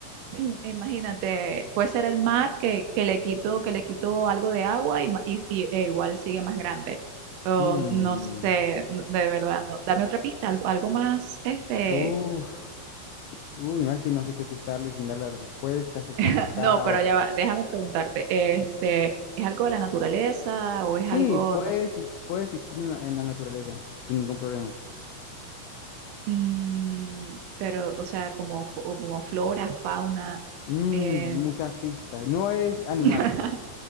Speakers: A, on the right; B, on the left.
A: <clears throat> imagínate, puede ser el mar que, que le quito, que le quito algo de agua y, ma- y- y- e igual sigue más grande. O
B: Mm.
A: no sé, n- de verdad, no. Dame otra pista, algo, algo más, este,
B: Uf. Uy, no es que no sé qué pistarle sin dar la respuesta, es que es complicado.
A: ah, no, pero ya va, déjame preguntarte, este, ¿es algo de la naturaleza o es
B: Sí,
A: algo,
B: puede,
A: no sé,
B: exis- puede existir en la, en la naturaleza, sin ningún problema.
A: mm, pero, o sea, como, fo- como flora, fauna,
B: Mm,
A: eh,
B: muchas pistas. No es animal,
A: <laughs>